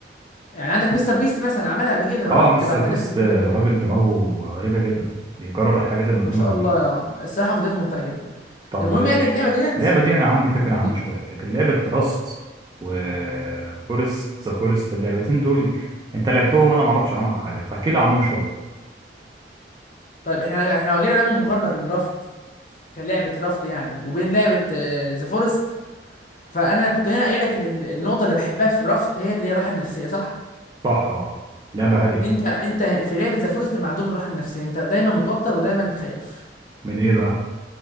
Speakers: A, on the left; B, on the right.
A: يعني عندك مستر بيست مثلا عملها قبل كده وانا
B: اه
A: كنت
B: مستر
A: بعت
B: بيست
A: لك الفيديو
B: آه،
A: ده قبل كده
B: راجل دماغه غريبة جدا بيجرب الحاجات المجنونة
A: ما شاء الله
B: دي
A: يا الصراحه فيديوهاته ممتعه جدا
B: طب
A: المهم
B: آه،
A: يعني اللعبه ديت
B: اللعبة دي أنا عندي فكرة
A: جميله
B: عنها
A: جدا
B: شوية لكن لعبة راست وفورست ذا فورست اللعبتين دول انت لعبتهم أنا معرفش عنهم حاجة فاحكي لي عنهم شوية
A: طيب احنا احنا لو جينا نعمل مقارنه بين رافت كلعبه رافت يعني وبين لعبه ذا فورست فانا كنت هنا قايل لك ان ال- النقطه اللي بحبها في رافت هي اللي هي الراحه النفسيه صح
B: صح اه لعبة هادية
A: انت انت في لعبه ذا فورست معدوم الراحه النفسيه انت دايما متوتر ودايما خايف
B: من ايه بقى